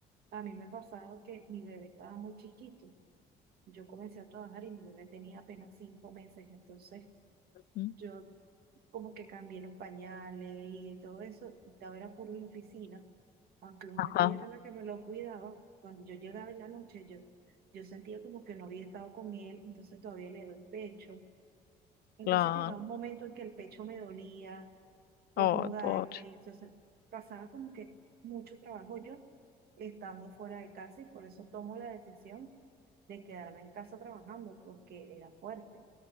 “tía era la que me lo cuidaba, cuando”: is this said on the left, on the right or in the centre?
Right